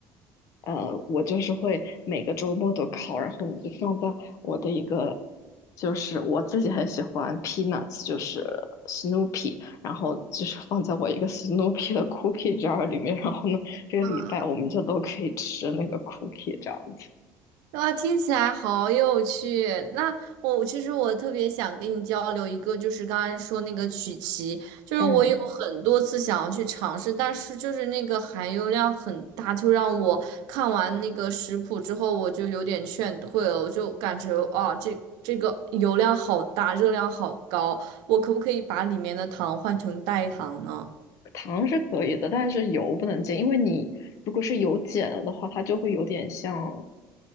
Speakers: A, on the left (about 50°); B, on the right (about 85°).
A: 呃，我就是会每个周末都烤，然后你就放在我的一个，就是我自己很喜欢 Peanuts，就是 Snoopy，然后就是放在我一个 Snoopy 的 cookie jar 里面，然后呢，这个礼拜我们就都可以吃那个
B: 啊，
A: cookie 这样子。
B: 哇，听起来好有趣。那我其实我特别想跟你交流一个，就是刚才说那个曲奇，就是我有很多次想要去尝试，
A: 嗯，
B: 但是就是那个含油量很大，就让我看完那个食谱之后，我就有点劝退了，我就感觉啊，这这个油量好大，热量好高，我可不可以把里面的糖换成代糖呢？
A: 糖是可以的，但是油不能减，因为你如果是油减了的话，它就会有点像，